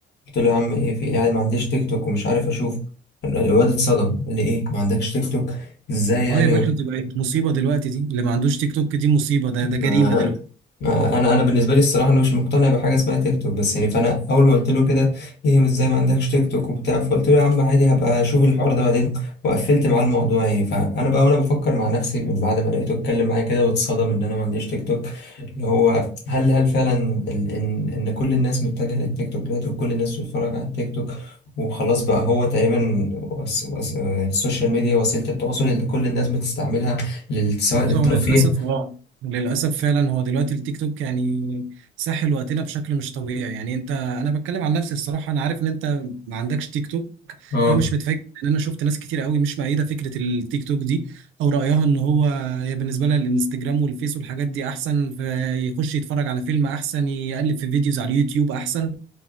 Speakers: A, on the left; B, on the right.
A: قلت له يا عم ايه في ايه يعني ما عنديش تيك توك ومش عارف اشوف الواد اتصدم قال لي ايه ما عندكش تيك توك ازاي يعني
B: اه يا باشا دي بقت مصيبة دلوقتي دي اللي ما عندوش تيك توك دي مصيبة ده
A: ما
B: ده جريمة دلوقتي
A: ما انا انا بالنسبه لي الصراحه انا مش مقتنع بحاجه اسمها تيك توك بس يعني فانا اول ما قلت له كده ايه مش زي ما عندكش تيك توك وبتاع فقلت له يا عم عادي هبقى اشوف الحوار ده بعدين وقفلت معاه الموضوع يعني فانا بقى وانا بفكر مع نفسي من بعد ما لقيته اتكلم معايا كده واتصدم ان انا ما عنديش تيك توك اللي هو هل هل فعلا ال- ان ان كل الناس متجهه للتيك توك دلوقتي وكل الناس بتتفرج على التيك توك وخلاص بقى هو تقريبا وس... وس... آه، السوشيال ميديا وسيله التواصل اللي كل الناس بتستعملها لل... سواء
B: بص
A: للترفيه
B: هو للأسف اه للأسف فعلا هو دلوقتي التيك توك يعني ساحل وقتنا بشكل مش طبيعي يعني انت انا بتكلم عن نفسي الصراحة انا عارف ان انت ما عندكش تيك توك
A: اه
B: انا مش متفاجئ لان انا شفت ناس كتير قوي مش مؤيدة فكرة التيك توك دي او رأيها ان هو هي بالنسبة لها الانستجرام والفيس والحاجات دي احسن فيخش يتفرج على فيلم احسن يقلب في فيديوز على اليوتيوب احسن